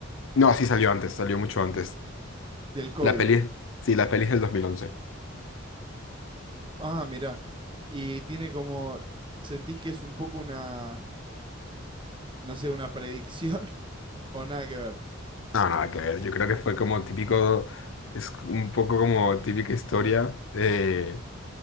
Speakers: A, on the left (about 70°); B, on the right (about 25°).
A: No, sí salió antes, salió mucho antes.
B: del COVID.
A: La peli, sí, la peli es del 2011.
B: Ah, mirá. Y tiene como, ¿sentís que es un poco una, no sé, una predicción <laughs> o nada que ver?
A: No, nada que ver. Yo creo que fue como típico, es un poco como típica historia. eh,